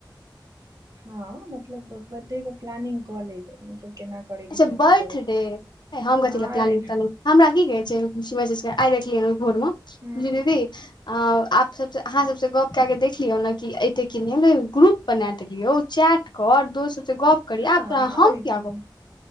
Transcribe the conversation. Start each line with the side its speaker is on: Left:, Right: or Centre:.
Right: हाँ, मतलब बडे के प्लानिंग कऽ लै मतलब केना करे के
Left: अच्छा
Right: छै नहि
Left: बर्थ
Right: करे
Left: डे,
Right: के छै
Left: नै हम
Right: हँ
Left: कथीला प्लानिंग
Right: रे ढ
Left: तलानिंग हमरा की कहै छै शिव चस् आइ देखलियै ओहि भोर मे
Right: हूँ
Left: जे दीदी अ, आप सब अहाँ सबसे गप क के देखलियौ ने कि एते की नै ग्रुप! बनाएत कियो चैट क, आओर दोस्त सब से गप करी।
Right: हँ
Left: आब त
Right: आओर
Left: हम किया
Right: की
Left: गप?